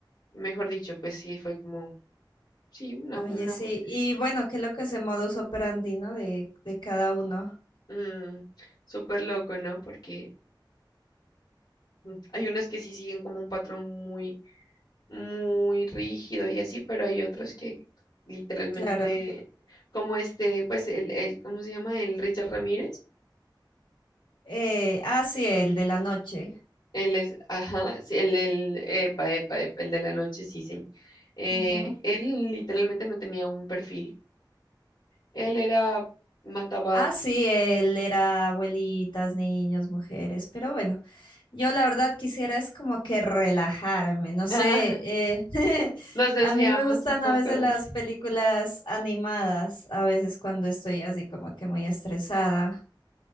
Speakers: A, on the left; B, on the left.
A: mejor dicho, pues sí, fue como, sí, una,
B: Oye,
A: una,
B: sí.
A: bu-
B: Y bueno, qué loco ese modus operandi, ¿no? De, de cada uno.
A: mm, súper loco, ¿no? Porque mm, hay unos que sí siguen como un patrón muy muy rígido y así, pero hay otros que literalmente,
B: Claro.
A: como este, pues el, el ¿cómo se llama? El Richard Ramírez,
B: Eh, ah, sí, el de la noche.
A: él es, ajá, sí, el, el, epa, epa, epa, el de la noche, sí, sí. Eh,
B: Ujú.
A: él literalmente no tenía un perfil, él era matabat.
B: Ah, sí, él era abuelitas, niños, mujeres, pero bueno, yo la verdad quisiera es como que relajarme, no sé,
A: <laughs>
B: eh, <laughs>
A: Nos desviamos
B: a mí me gustan
A: un poco
B: a veces
A: de
B: las
A: él.
B: películas animadas, a veces cuando estoy así como que muy estresada.